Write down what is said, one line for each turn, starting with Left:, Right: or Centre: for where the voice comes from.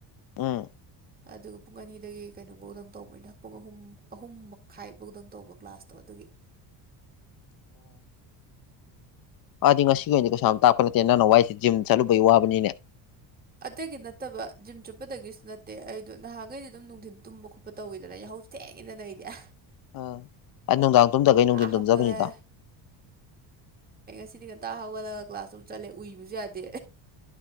Left: ꯎꯝ
Right: ꯑꯗꯨꯒ ꯄꯨꯡ ꯑꯅꯤꯗꯒꯤ ꯀꯩꯅꯣꯝꯐꯧꯗꯪ ꯇꯧꯕꯅꯤꯅ ꯄꯨꯡ ꯑꯍꯨꯝ ꯑꯍꯨꯝ ꯃꯈꯥꯏꯐꯧꯗꯪ ꯇꯧꯕ ꯀ꯭ꯂꯥꯁꯇꯣ ꯑꯗꯨ ꯑꯩꯒꯤ
Left: <unintelligible> ꯑꯗꯤ ꯉꯁꯤꯒꯤ ꯑꯣꯏꯅꯗꯤ ꯀꯩꯁꯥ ꯌꯥꯝ ꯇꯥꯛꯞꯄ ꯅꯠꯇꯦ ꯅꯪ ꯋꯥꯏꯁꯦ ꯖꯤꯝ ꯆꯠꯂꯨꯕꯩ ꯋꯥꯕꯅꯤꯅꯦ
Right: ꯑꯇꯩꯒꯤ ꯅꯠꯇꯕ ꯖꯤꯝ ꯆꯨꯞꯄꯗꯒꯤꯁꯨ ꯅꯠꯇꯦ ꯑꯩꯗꯣ ꯅꯍꯥꯟꯈꯩꯗꯤ ꯑꯗꯨꯝ ꯅꯨꯡꯊꯤꯟ ꯇꯨꯝꯕ ꯈꯣꯠꯄ ꯇꯧꯋꯤꯗꯅ ꯌꯥ ꯦꯡꯉꯅꯣꯏꯗꯌꯥ
Left: ꯑꯥ ꯑꯩ ꯅꯨꯡꯗꯥꯡ ꯇꯨꯝꯊꯈꯩ ꯅꯨꯡꯊꯤꯟ ꯇꯨꯝꯖꯕꯅꯤꯗ
Right: ꯍꯧꯒꯠꯂꯦ ꯁꯤꯗꯤ ꯉꯟꯇ ꯍꯧꯒꯠꯂꯒ ꯀ꯭ꯂꯥꯁꯇꯨ ꯆꯠꯂꯦ ꯎꯏꯕꯁꯨ ꯌꯥꯗꯦ